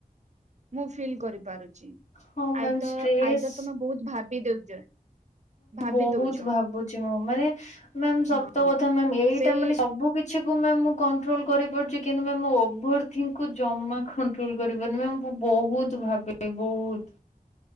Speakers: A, on the right (about 50°); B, on the left (about 50°).
A: ମୁଁ ଫିଲ୍ କରିପାରୁଛି
B: ହଁ ମ୍ୟାମ୍
A: ଆଇ ତ
B: ଷ୍ଟ୍ରେସ୍
A: ଆଇ ତର ତମେ ବହୁତ ଭାବି ଦଉଛ। ଭାବି
B: ବହୁତ
A: ଦଉଛ
B: ଭାବୁଛି ମୁଁ ମାନେ ମ୍ୟାମ ସତ
A: ହଁ
B: କଥା ମ ଏଇଟା
A: ସେଇ
B: ମାନେ ସବୁ କି କିଛିକୁ ମ୍ୟାମ ମୁଁ କଟ୍ରୋଲ କରିପାରୁଛି କିନ୍ତୁ ମଭର୍ ଥିଙ୍କ୍ ଜମା କ କଣ୍ଟ୍ରୋଲ କରିପାରୁନି ମ୍ୟାମ ବହୁତ ଭାବେ ବହୁତ।